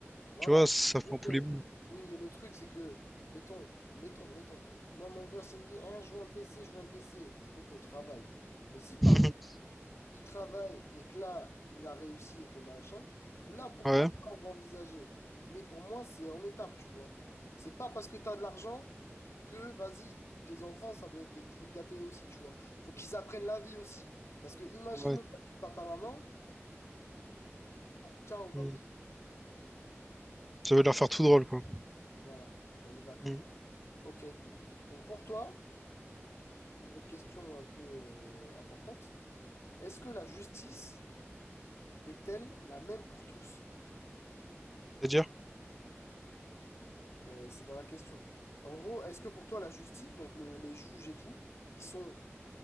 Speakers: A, on the left; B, in the centre.
A: Voilà.
B: Tu vois, ça fait
A: Oui,
B: un
A: mais,
B: peu les boules.
A: oui, mais le truc, c'est que, mettons, mettons, mettons, moi, mon gosse, il me dit, Hein, je veux un PC, je veux un PC. Poto, travaille. Mais si par
B: <laughs>
A: contre, il travaille et que là, il a réussi et que machin, là, pourquoi
B: Ouais,
A: pas, on va envisager. Mais pour moi, c'est en étape, tu vois. C'est pas parce que tu as de l'argent que, vas-y, tes enfants, ça doit être des pourris gâtés aussi, tu vois. Faut qu'ils apprennent la vie aussi. Parce que, imaginons
B: ouais.
A: qu'il n'y a plus papa-maman, ciao, Bambi.
B: mm. Ça veut leur faire tout drôle, quoi.
A: Voilà, on est d'accord.
B: Mm.
A: OK. Donc, pour toi, une autre question un peu euh, importante. Est-ce que la justice est-elle la même pour tous?
B: C'est-à-dire?
A: Ben, c'est dans la question. En gros, est-ce que pour toi, la justice, donc le- les juges et tout, ils sont,